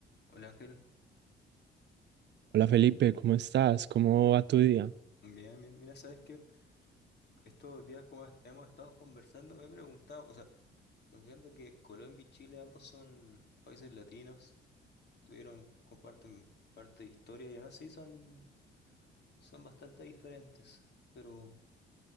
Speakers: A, on the left; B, on the right.
A: Hola Ángel,
B: Hola Felipe, ¿cómo estás? ¿Cómo va tu día?
A: bien, bien. Mira, sabes que estos días como est- hemos estado conversando, me he preguntado, o sea, considerando que Colombia y Chile ambos son países latinos, tuvieron, comparten parte de historia y aún así son, son bastante diferentes. Pero